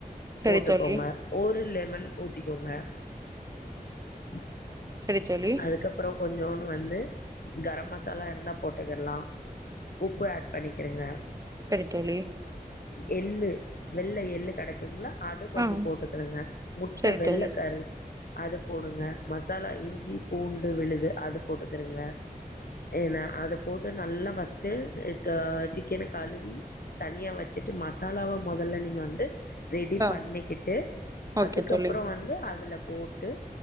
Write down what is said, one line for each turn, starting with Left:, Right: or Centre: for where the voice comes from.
Right: சரி
Left: போட்டுக்கோங்க
Right: தோழி
Left: ஒரு லெமன் ஊத்திக்கோங்க <inaudible>
Right: சேரி தோழி
Left: அதுக்கப்பறோ கொஞ்சோனு வந்து கரம் மசாலா இருந்தா போட்டுக்கிர்லா உப்பு ஆட் பண்ணிக்கிறுங்க
Right: சரி தோழி
Left: எள்ளு வெள்ள எள்ளு கடக் அத கொஞ்சோ
Right: ஆ
Left: போட்டுக்கிறங்க முட்ட
Right: சரி
Left: வெள்ள
Right: தோழி
Left: கரு அது போடுங்க மசாலா இஞ்சி பூண்டு விழுது அது போட்டுக்குருங்க ஏன்னா அது போட்டு நல்லா ஃபர்ஸ்ட்டு லைக்கே சிக்கனு கலுவி தனியா வச்சுட்டு மசாலாவ மொதல்ல நீங்க வந்து ரெடி
Right: ஆ
Left: பண்ணிக்கிட்டு
Right: ஓகே
Left: அதுக்கப்புறோ
Right: தோழி
Left: வந்து அதுல போட்டு